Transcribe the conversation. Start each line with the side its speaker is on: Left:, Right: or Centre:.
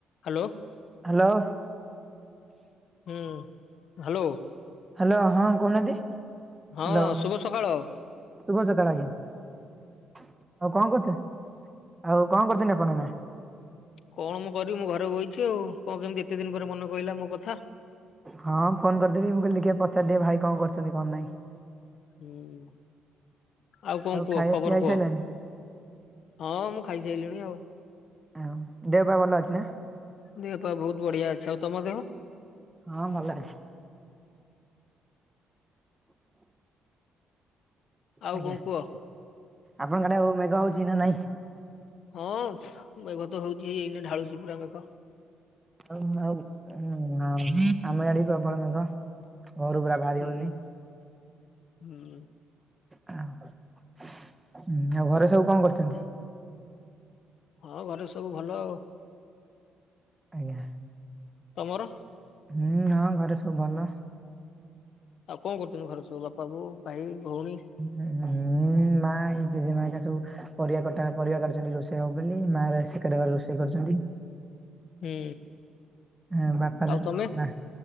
Left: Hello!
Right: Hello.
Left: ହୁଁ hello.
Right: Hello ହଁ କହୁନାହାନ୍ତି, ହ୍ୟାଲୋ
Left: ହଁ ଶୁଭ ସକାଳ
Right: ଶୁଭ ସକାଳ ଆଜ୍ଞା ଆଉ କଣ କରୁଛ ଆଉ କଣ କରୁଛନ୍ତି ଆପଣ ଏୟିନା?
Left: କଣ ମୁଁ କରିବି ମୁଁ ଘରେ ବଇଚି ଆଉ କଣ କେମିତି ଏତେ ଦିନ ପରେ ମନେ ପଇଲା ମୋ କଥା।
Right: ହଁ ଫୋନ କରିଦେବି ମୁଁ କହଲି ଦେଖିବା ପଚାରିଦିଏ ଭାଇ କଣ କରୁଛନ୍ତି କଣ ନାଇଁ।
Left: ହୁଁ ଆଉ କଣ କୁହ
Right: ଖାଇବା
Left: ଖବର
Right: ପିଇବା ହେଇସାରିଲାଣି?
Left: କୁହ। ହଁ ମୁଁ ଖାଇସାରିଲିଣି ଆଉ।
Right: ଆଉ ଦେହ ପା ଭଲ ଅଛି ନା?
Left: ଦେହପା ବହୁତ ବଢିଆ ଅଛି ଆଉ ତମ ଦେହ?
Right: ହଁ ଭଲ ଅଛି।
Left: ଆଉ
Right: ଆଜ୍ଞା
Left: କଣ କୁହ
Right: ଆପଣଙ୍କ ଆଡେ ଆଉ ମେଘ ହଉଛି ନା ନାଇଁ?
Left: ହଁ ମେଘ ତ ହଉଛି ଏଇ ଏୟିନେ ଢାଳୁଛି ପୁରା ମେଘ।
Right: ଆଉ ହଁ ଆମେ ଆଡେ ବି ପ୍ରବଳ ମେଘ ଘରୁ ବାହାର ବାହରିହଉନି।
Left: ହୁଁ। ହୁଁ
Right: ହଁ ଆଉ ଘରେ ସବୁ କଣ କରୁଛନ୍ତି?
Left: ହଁ ଘରେ ସବୁ ଭଲ ଆଉ।
Right: ଆଜ୍ଞା
Left: ତମର?
Right: ହୁଁ ହଁ ଘରେ ସବୁ ଭଲ।
Left: ଆଉ କଣ କରୁଛନ୍ତି ଘର ସବୁ ବାପା ବୋଉ ଭାଇ ଭଉଣୀ?
Right: ହୁଁ ମା ଏୟୀ ଜଜେମା ହେରିକା ସବୁ ପରିବା କଟା ପରିବା କାଟୁଛନ୍ତି ରୋଷେଇ ହବ ବୋଲି ମା ସେକାନୀ ରୋଷେଇ କରୁଛନ୍ତି।
Left: ହୁଁ
Right: ହଁ ବାପାର
Left: ଆଉ ତମେ
Right: ବା